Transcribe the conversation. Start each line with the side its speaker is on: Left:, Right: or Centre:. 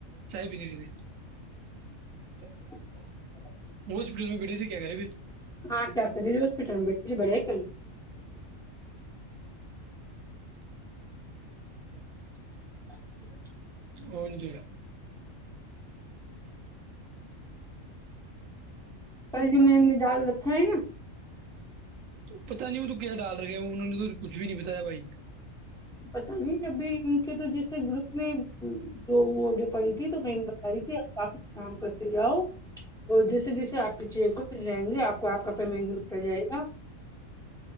Right: چائے پین بھیے
Centre: اچ <inaudible>
Right: وہ ہاسپٹل میں بیٹھے تھے کیا کرے پھر
Centre: ہاں کیاتے ہسپٹل میں بیٹھے بڑےپ <unintelligible>
Right: ا ند <inaudible>
Centre: کل جی میں نے ڈال رکھا ہے نا
Right: پتتا نہیں ہ تو کیا ڈال گ انوں نے تو کچھ بھی نہیں بتایا بھائی
Centre: پت نہیں ابھی ان کے تو جیسے گروپ میں دوڈر پڑی تھی تو میں بتا رہی تھیپ کام کرتے جاؤ اور جیسے جیسے آپ کے چ کل جائیں گے آپ کو آپ کا پیمنٹ ملتا جائے گا